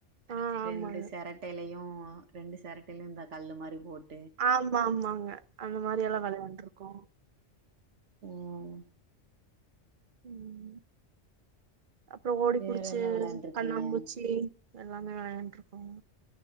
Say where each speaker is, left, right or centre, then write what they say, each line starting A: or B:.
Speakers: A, on the right (about 50°); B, on the right (about 70°).
A: ஆ ஆமாங்க
B: ரெண்டு செரட் ட்டையிலையு ரெண்டு செரட்டையிலையு இந்த கல்லு மாரி போட்
A: ஆமா மாங்க அந்த மாரில்லா வெளையாண்ருக்கோ
B: உம்
A: ம் அப்புறோ ஓடிபுடிச்சு
B: வேற என்ன வெளாண்ட்ருக்கீங்க
A: கண்ணாபூச்சி எல்லாமே வெளையான்ட்ருக்கோ